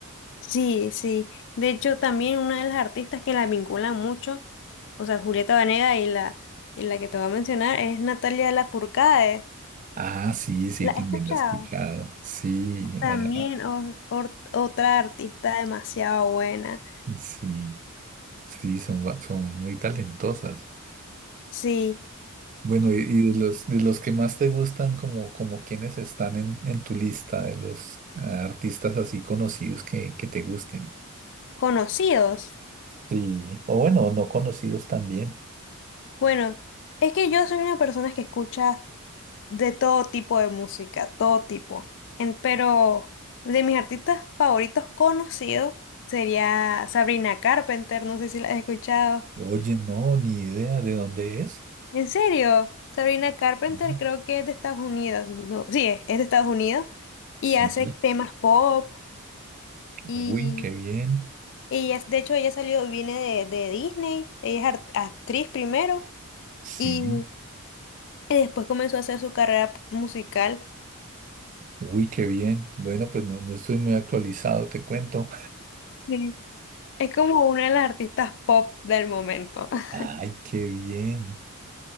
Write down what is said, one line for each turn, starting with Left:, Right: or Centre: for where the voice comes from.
Left: Sí, sí. De hecho, también una de las artistas que la vinculan mucho, o sea, Julieta Venegas y la, y la que te voy a mencionar es Natalia Lafourcade.
Right: Ah, sí, sí,
Left: ¿La he
Right: también
Left: escuchado?
Right: la he escuchado. Sí,
Left: También
Right: a- a-
Left: o- or- otra artista demasiado buena.
Right: sí, sí, son, ba- son muy talentosas.
Left: Sí,
Right: Bueno, y, y de los, de los que más te gustan, como, como quienes están en, en tu lista, de los ah, artistas así conocidos que, que te gusten.
Left: conocidos.
Right: Sí. O bueno, no conocidos también.
Left: Bueno, es que yo soy una persona que escucha de todo tipo de música, todo tipo. En- pero de mis artistas favoritos conocidos sería Sabrina Carpenter, no sé si la has escuchado.
Right: Oye, no, ni idea de dónde es.
Left: ¿En serio? Sabrina Carpenter
Right: Ujú.
Left: creo que es de Estados Unidos. No, sí, es, es de Estados Unidos y
Right: Sí.
Left: hace temas pop y,
Right: Uy, qué bien.
Left: ella es- de hecho ella salió, viene de, de Disney, ella es art- actriz primero
Right: Sí.
Left: y, y después comenzó a hacer su carrera p- musical.
Right: Uy, qué bien. Bueno, pues no, no estoy muy actualizado, te cuento.
Left: Sí. Es como una de las artistas pop del momento.
Right: <laughs>
Left: <laughs>
Right: Ay, qué bien.